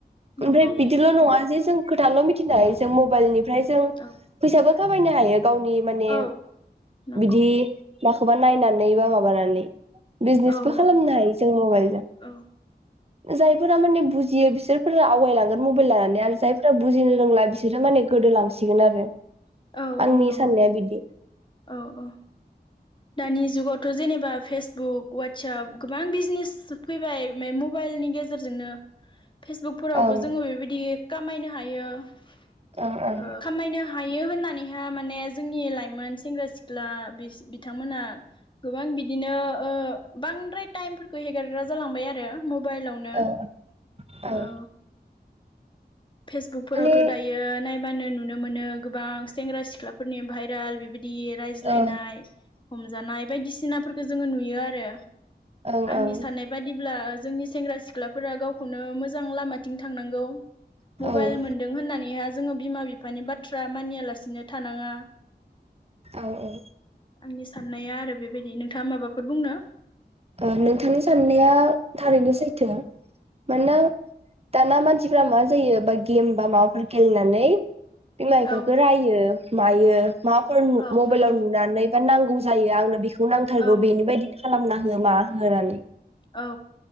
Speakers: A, on the right; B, on the left.
A: ओमफ्राय
B: नंगौ
A: बिदिल' नङा जे जों खोथाल' मिथिनाय जों मबाइलनि ओमफ्राय जों
B: औ
A: फैसाबो खामायनो हायो गावनि माने
B: औ नंगौ
A: बिदि माखौबा नायनानै बा माबानानै बिजनेसबो
B: औ
A: खालामनो
B: औ
A: हायो जों मबाइलजों
B: औ
A: जायफोरा माने बुजियो बिसोरफोरा आवगायलांगोन मबाइल लानानै आरो जायफोरा बुजिनो रोंला बिसोरो माने गोदोलांसिगोन आरो
B: औ
A: आंनि
B: औ नंगौ
A: साननाया बिदि
B: औ औ दानि जुगावथ' जेनेबा फेसबुक वाटसप गोबां बिजनेस फैबाय बे मबाइलनि गेजेरजोंनो फेसबुकफोरावबो
A: ओं
B: जोङो बेबायदि खामायनो हायो ओ
A: ओं ओं
B: खामायनो हायो बियो होननानैहाय माने जोंनि लाइमोन सेंग्रा सिख्ला बिथांमोनहा गोबां बिदिनो ओ बांद्राय टाइमफोरखौ हेगारग्रा जालांबाय आरो मबाइलावनो
A: औ ओं
B: औ फेसबुकफोरावथ'
A: माने
B: दायो नाय मा होनो नुनो मोनो गोबां सेंग्रा सिख्लाफोरनि भाइरेल बेबायदि दि रायज्लायनाय
A: ओं
B: हमजानाय बायदिसिना फोर खौ जोङो नुयो आरो
A: ओं
B: आंनि
A: ओं
B: साननाय बायदिब्ला जोंनि सेंग्रा सिख्लाफोरा गावखौनो मोजां लामाथिं थांनांगौ मबाइल
A: औ
B: मोनदों होननानैहाय जोङो बिमा बिफानि बाथ्रा मानियालासिनो थानाङा
A: औ औ
B: आंनि साननाया आरो बेबायदि नोंथाङा माबाफोर बुंनो
A: ओ नोंथांनि साननाया थारैनो सैथो मानोना दाना मानसिफ्रा मा जायो बा गेम बा माबाफोर गेलेनानै बिमा बिफाखौ
B: औ
A: रायो मायो माबाफोर
B: औ
A: मबाइलाव
B: नंगौ
A: नुनानै बा नांगौ जायो आंनो बेखौ नांथारगौ
B: औ
A: बेनि बायदि खालामना <unintelligible> मा होनानै
B: औ